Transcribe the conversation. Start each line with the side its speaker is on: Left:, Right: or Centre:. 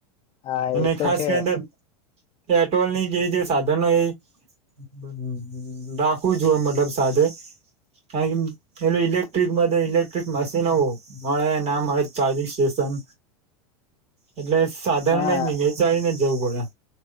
Left: હા
Right: અને
Left: એ
Right: ખાસ
Left: તો છે
Right: કરી પેટ્રોલ ની ગેજ સાધનો એ અમ્મ રાખવું જોએ મતલબ સાથે કારણ કે એ ઇલેક્ટિક માટે ક્ટ્રિક મશીનો મળે ના મળે ચાર્જિંગ સ્ટેશન એટલે સાધની
Left: હા
Right: <unintelligible> પડે.